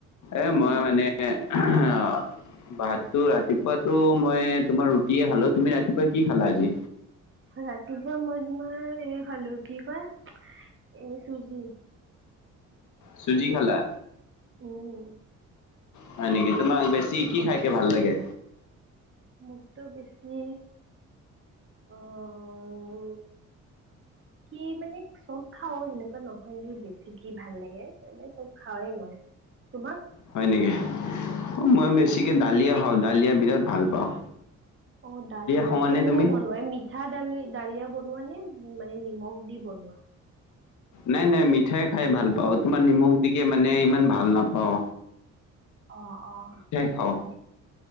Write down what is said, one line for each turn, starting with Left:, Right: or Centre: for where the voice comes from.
Left: এ
Right: উম
Left: মই মানে আহ ভাততো ৰাতিপুৱাতটো মই তোমাৰ ৰুটিয়ে খালো তুমি ৰাতিপুৱা কি খালা আজি
Right: ৰাতিপুৱা মই তোমাৰ এই খালো কি কয় এ চুজি
Left: চুজি খালা
Right: অঁ
Left: হয় নেকি তোমাক বেছি কি খাইকে ভাল লাগে
Right: মোকতো বেছি অ ওম কি মানে চব খাও সেনেকুৱা নহয় যে বেছি কি ভাল লাগে এনে চব খাওৱেই মই তোমাক
Left: হয় নেকি অ মই বেছিকে দালিয়ে খাওঁ দালিয়ে বিৰাট ভাল পাওঁ
Right: অ দালিয়া
Left: খোৱানে
Right: কেনেকুৱা
Left: তুমি
Right: বনোৱাই মি পিঠা দালি দালিয়া বনোৱা নে মানে নিমখ দি বনোৱা
Left: নাই নাই মিঠাই খাই ভাল পাওঁ তোমাৰ নিমখ দিকে মানে ইমান ভাল নাপাও
Right: অঁ অঁ
Left: খাওঁ
Right: হয়